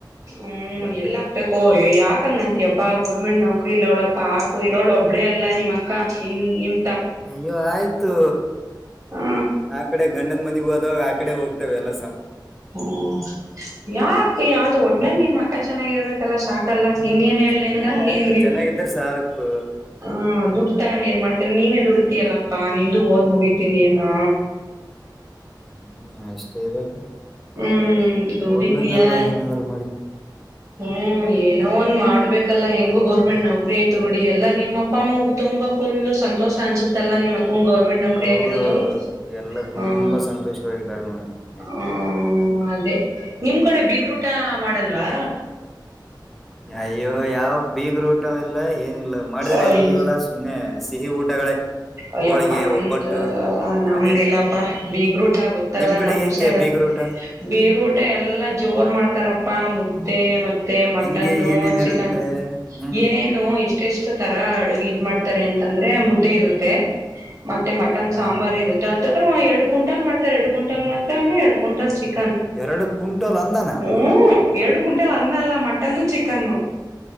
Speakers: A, on the right (about 40°); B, in the centre.
A: ಹ್ಮ
B: ಮತ್ತೆ
A: ಎಲ್ಲ ಹಾಕ್ಬೇಕು ಯಾಕಂಗಂತಯಪ್ಪಾ ಗೌರ್ಮೆಂಟ್ ನಾವ ಇಲ್ಲ ಅವಳಪ್ಪಾ ಆಾಕು ಇರೋಳು ಒಬ್ಬಳೇ ಅಲ್ಲಾ ನಿಮ್ಮ ಅಕ್ಕ ನಿ ನಿಮ
B: ಅಯ್ಯೋ ಆಯ್ತು
A: ಹ
B: ಆ ಕಡೆ ಗಂಡನ್ ಮನೆ ನೀವು ಅದ್ ಆಕಡೆ ಹೋಗತೇವೆ ಎಲ್ಲ
A: ಹ್ಮ ಯಾಕ ಯಾವ್ದ ಒಟ್ನಲ್ಲಿ ನಿಮ್ಮ ಅಕ್ಕ ಚೆನ್ನಾಗಿರ್ಬೇಕು <unintelligible> ಇನ್ನೇನ್ ಹೇಳ
B: ಚೆನ್ನಾಗ
A: ನಿನ್ಗ ನೀನ್ಗೆ
B: ಆಯ್ತು ಚೆನ್ನಾಗಿದ್ರ ಸಾಕು
A: ಹ ದುಖ ತಗೊಂಡ ಏನ್ ಮಾಡ್ತನೆ ನೀನೇ ದುಡಿತಿಯಲ್ಲ ಹಾ ನಿಂದು ಓದ್ ಮುಗಿತೀನಿ ಏನು
B: ಹ್ಮ್ ಅಷ್ಟೇ ಇದಕ್ಕ
A: ಹ್ಮ್ ದುಡಿದಿಯಾ
B: ಓದ್ಬೇಕಲ್ವಾ ಏನಾದ್ರು ಮಾಡಿ
A: ಹ್ಮ್ ಏನೋ ಒಂದ್ ಮಾಡ್ಬೇಕಲ್ಲ ಹೆಂಗು ಗೌರ್ಮೆಂಟ್ ನೌಕರಿ ಆಯ್ತು ಬುಡಿ ಎಲ್ಲಾ ನಿಮ್ಮ ಅಪ್ಪ ಅಮ್ಮ ತುಂಬಾ ಫುಲ್ ಸಂತೋಷ ಅನ್ಸುತ್ತಲ್ಲಾ ನಿಮ್ಮ್ ಗೌರ್ಮೆಂಟ್ ನೌಕರಿ
B: ಹೌದೌದು
A: ಆಗಿರೋದು
B: ಎಲ್ಲ ತುಂಬಾ
A: ಹ
B: ಸಂತೋಷವಾಗಿದ್ದಾರೆ ನೋಡಿ ಮನ್ಯಾಗ
A: ಹ್ಮ್ ಅದೇ ನಿಮ್ ಕಡೆ ಬಿಗ್ರೂಟ ಮಾಡಲ್ವಾ
B: ಅಯ್ಯೋ ಯಾವ್ ಬೀಗ್ರೂಟನು ಇಲ್ಲ ಏನು ಇಲ್ಲ ಇಲ್ಲ ಮಾಡಿದರೆ
A: ಅಯ್
B: ಎಲ್ಲಾ ಸುಮ್ಮನೆ ಸಿಹಿ ಊಟಗಳೇ
A: ಅಯ್ಯಪ್ಪ
B: ಹೋಳಿಗೆ
A: ನಮ್ದ
B: ಒಬ್ಬಟ್ಟು
A: ನಮ್ದ್
B: ಅದೇ
A: ಇಲ್ಲಪ್ಪಾ ಬೀಗರಊಟ ಗೊತ್ತ ಗೊತ್ತಲ್ಲಾ
B: ನಿಮ್ ಕಡೆ
A: ನಮ
B: ಹೆಂಗೆ
A: ಸೈಡ್
B: ಬೀಗರು ಊಟ
A: ಬೀಗರ ಊಟ ಎಲ್ಲಾ ಜೋರ್ ಮಾಡ್ತಾರ ಉಪ್ಪ ಮುದ್ದೆ ಮತ್ತೆ ಮತ್ತೆ ಮಟನ್ನು
B: ಹೆಂಗೆ ಏನೇನ್
A: ಚಿಕನ್
B: ಇರುತ್ತೆ ಹ್ಮ್
A: ಏನೇನು ಇಷ್ಟ ಎಷ್ಟು ತರ ಅಡುಗೆ ಇದ್ ಮಾಡ್ ತಾರೆ ಅಂತಂದ್ರೆ
B: ಹ್ಮ್
A: ಮುದ್ದೆ ಇರುತ್ತೆ ಹ ಮತ್ತೆ ಮಟನ್
B: ಹಾ
A: ಸಾಂಬಾರ್ ಇರುತ್ತೆ ಹತ್ರಹತ್ರ ಎರಡು ಕುಂಟಲ್ ಮಾಡತಾರೆ ಎರಡ ಕುಂಟಲ್ ಮಟನ್ ಎರಡು ಕುಂಟಲ್ ಚಿಕನ್
B: ಎರಡು ಕುಂಟಲ್ ಅನ್ನನಾ
A: ಹ್ಮ್ ಎರಡು ಕುಂಟಲ್ ಅನ್ನಲ್ಲ ಮಟನ್ನು ಚಿಕನ್ನು